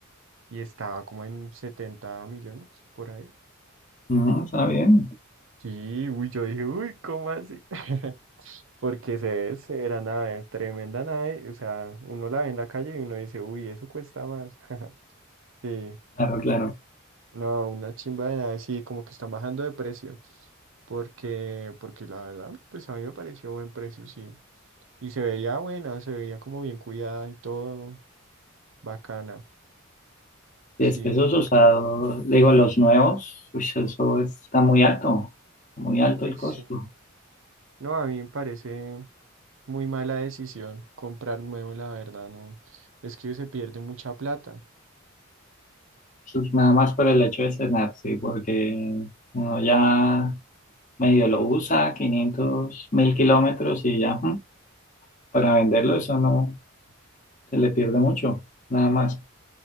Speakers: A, on the right; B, on the left.
A: y estaba como en 70 millones por ahí.
B: Ujú, está bien,
A: Sí, uy, yo dije, uy, ¿cómo así? <laughs> Porque se es, era nave, tremenda nave. O sea, uno la ve en la calle y uno dice, uy, eso cuesta más. <laughs> Sí.
B: claro, claro.
A: No, una chimba de nada, sí, como que están bajando de precio. Porque, porque la verdad, pues a mí me pareció buen precio, sí. Y se veía buena, se veía como bien cuidada y todo bacana.
B: Es
A: Sí,
B: que esos
A: muy bacana.
B: usados, digo, los nuevos, uy, eso está muy alto, muy alto
A: Uy,
B: el
A: sí,
B: costo.
A: no. No, a mí me parece muy mala decisión comprar nuevo, la verdad, no. Es que se pierde mucha plata.
B: Pues nada más por el hecho de cenar, sí, porque uno ya medio lo usa, quinientos mil kilómetros y ya, ujú, para venderlo eso no se le pierde mucho, nada más